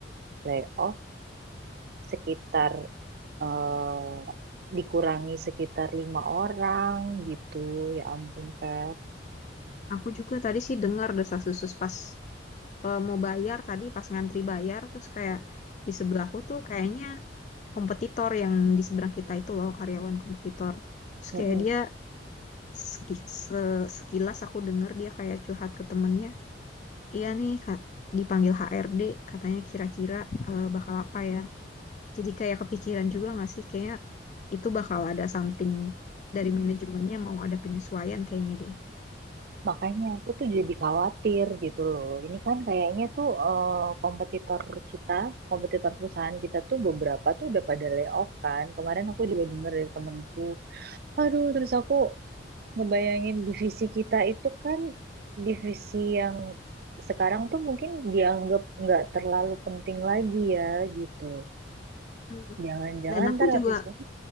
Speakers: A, on the right; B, on the left.
A: layoff sekitar eh, dikurangi sekitar lima orang gitu. Ya ampun, Feb.
B: Aku juga tadi sih dengar desas-desus pas eh, mau bayar tadi pas ngantri bayar terus kayak di sebelahku tuh kayaknya kompetitor yang di seberang kita itu loh karyawan kompetitor. Terus
A: Mm-mm.
B: kayak dia seki- se- sekilas aku dengar dia kayak curhat ke temennya. Iya nih Kak, dipanggil HRD katanya kira-kira eh, bakal apa ya Jadi kayak kepikiran juga nggak sih kayak itu bakal ada something dari manajemennya mau ada penyesuaian kayaknya deh.
A: Makanya aku tuh jadi khawatir gitu loh. Ini kan kayaknya tuh eh, kompetitor kita, kompetitor perusahaan kita tuh beberapa tuh udah pada layoff kan. Kemarin aku juga denger dari temenku. Aduh, terus aku ngebayangin divisi kita itu kan divisi yang sekarang tuh mungkin dianggap nggak terlalu penting lagi ya gitu.
B: Hmm.
A: Jangan-jangan
B: Dan aku
A: ntar
B: juga
A: habis ini,